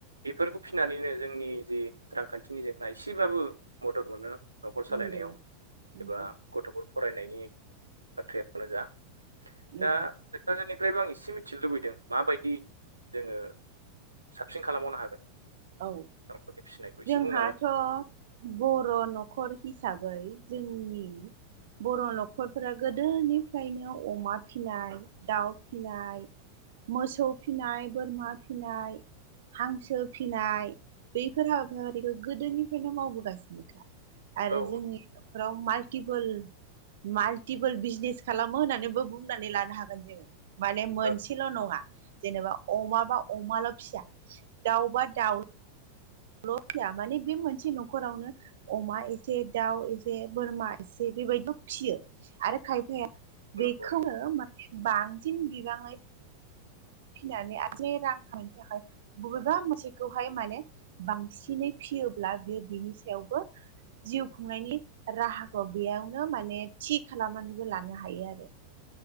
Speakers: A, on the right; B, on the right.
A: बेफोरखौ फिनानैनो जोंनि जि रांखान्थिनि जेंना एसेबाबो मदद मोनो न'खर सालायनायाव
B: नंगौ नंगौ
A: एबा गथ'फोर फरायनायनि बाथ्रायानो जा
B: नंगौ
A: दा कक्राझारनिफ्रायबो आं एसे मिथिनो लुबैदों माबायदि जोङो साबसिन खालामबावनो हागोन
B: औ
A: दाउफोरनि फिसिनायखौ एसे
B: जोंहाथ'
A: बुंनो हागोन
B: बर' न'खर हिसाबै जोंनि बर' न'खरफोरा गोदोनिफ्रायनो अमा फिसिनाय दाउ फिनाय मोसौ फिनाय बोरमा फिनाय हांसो फिनाय बैफोर हाबाफफारिखौ गोदोनिफ्रायनो मावबोगासिनोखा आरो
A: औ
B: जोंनि न'खराव माइ टिफोल माल्टिपोल बिजनेस खालामो होननानैबो बुंनानै लानो हागोन जोङो माने मोनसेल'
A: औ
B: नङा जेनेबा अमा बा अमाल' फिया दाउबा दाउ ल' फिया माने बे मोनसे न'खरावनो अमा एसे दाउ एसे बोरमा एसे बेबायदि फियो आरो खायफाया
A: नंगौ
B: बेखौनो
A: नंगौ
B: माने बांसिन बिबाङै फिनानै <inaudible> रां खामायनो थाखाय बबेबा मोनसेखौहाय माने बांसिनै फियोब्ला बियो बिनि सायावबो जिउ खुंनायनि राहाखौ बेयावनो माने थि खालामनानैबो लानो हायो आरो